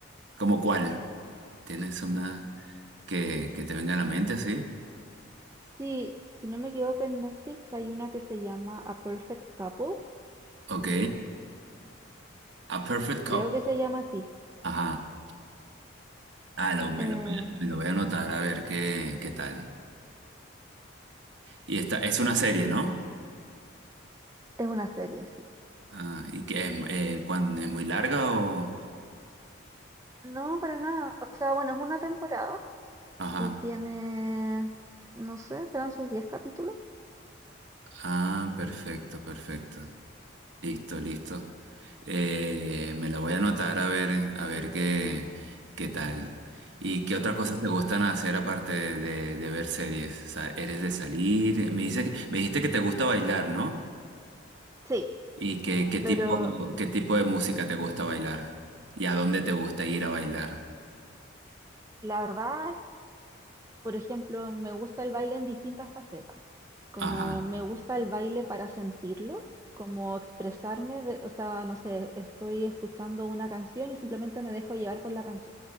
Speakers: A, on the right; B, on the right.
A: ¿Cómo cuál? ¿Tienes una que, que te venga a la mente así?
B: Sí, si no me equivoco, en Netflix hay una que se llama A Perfect Couple.
A: Ok, A Perfect Cup.
B: Creo que se llama así.
A: Ajá, ah, lo, me
B: Eh,
A: lo, voy a me lo voy a anotar a ver qué, qué tal. Y esta es una serie, ¿no?
B: es una serie, sí.
A: Ah, ¿y que es, eh, cuán- es muy larga o...?
B: No, para nada. O sea, bueno, es una temporada
A: Ajá,
B: y tiene, no sé, serán sus diez capítulos.
A: ah, perfecto, perfecto. Listo, listo. Eh, me la voy a anotar a ver, a ver qué, qué tal. ¿Y qué otras cosas te gustan hacer aparte de, de- de ver series? O sea, ¿eres de salir? Me dice, que- me dijiste que te gusta bailar, ¿no?
B: Sí,
A: ¿Y qué, qué tipo,
B: pero
A: qué tipo de música te gusta bailar? ¿Y a dónde te gusta ir a bailar?
B: la verdad por ejemplo, me gusta el baile en distintas facetas. Como
A: Ajá,
B: me gusta el baile para sentirlo, como expresarme, de- o sea, no sé, estoy escuchando una canción y simplemente me dejo llevar por la canción.